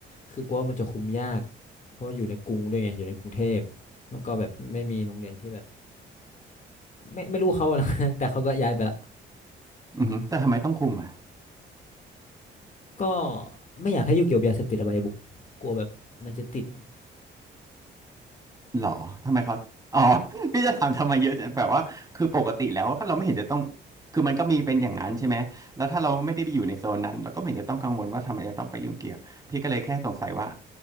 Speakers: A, on the left; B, on the right.
A: คือกลัวว่ามันจะคุมยากเพราะว่าอยู่ในกรุงด้วยไงอยู่ในกรุงเทพแล้วก็แบบไม่มีโรงเรียนที่แบบไม่ไม่รู้เขาอะนะ <laughs> แต่เขาก็ย้ายไปละ
B: อือฮึแต่ทำไมต้องคุมอะ
A: ก็ไม่อยากให้ยุ่งเกี่ยวกับยาเสพติดอบายมุขกลัวแบบมันจะติด
B: หรอทำไมเขาอ๋อ <laughs> พี่จะถามทำไมเยอะจังแบบว่าคือปกติแล้วก็เราไม่เห็นจะต้องคือมันก็มีเป็นอย่างนั้นใช่ไหมแล้วถ้าเราไม่ได้ไปอยู่ในโซนนั้นเราก็ไม่เห็นจะต้องกังวลว่าทำไมจะต้องไปยุ่งเกี่ยวพี่ก็เลยแค่สงสัยว่า